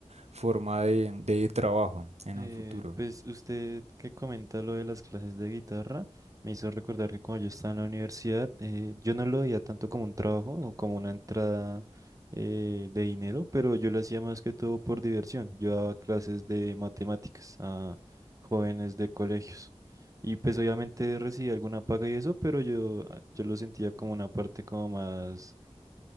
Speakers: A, on the right; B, on the right.
A: forma de, de trabajo en
B: Eh,
A: un futuro?
B: pues usted que comenta lo de las clases de guitarra, me hizo recordar que cuando yo estaba en la universidad, eh, yo no lo veía tanto como un trabajo o como una entrada eh, de dinero, pero yo lo hacía más que todo por diversión. Yo daba clases de matemáticas a jóvenes de colegios y pues obviamente recibía alguna paga y eso, pero yo, yo lo sentía como una parte como más